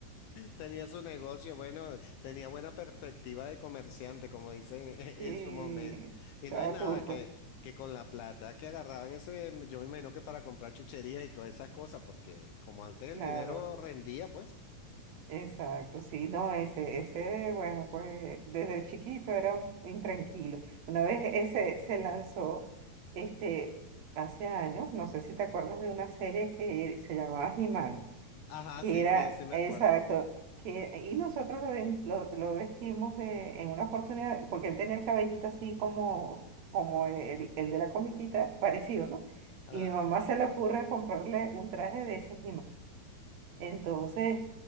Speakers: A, on the left; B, on the right.
A: Tenía su negocio, bueno, tenía buena perspectiva de comerciante, como dicen <laughs> en,
B: Y
A: en su momento. Y
B: estaba
A: no es nada
B: turco,
A: que, que con la plata que agarraban ese, yo me imagino que para comprar chucherías y todas esas cosas, porque como antes el
B: claro,
A: dinero rendía, pues.
B: exacto, sí, no, ese, ese, bueno, pues desde chiquito era un intranquilo. Una vez ese se lanzó, este, hace años, no sé si te acuerdas de una serie que se llamaba he
A: Ajá,
B: que
A: sí,
B: era,
A: sí, sí me
B: exacto,
A: acuerdo.
B: que, y nosotros lo, ven- lo, lo vestimos de, en una oportunidad, porque él tenía el cabellito así como, como el, el de la comiquita, parecido, ¿no?
A: Ah,
B: Y mi mamá se le ocurre comprarle un traje de ese he entonces,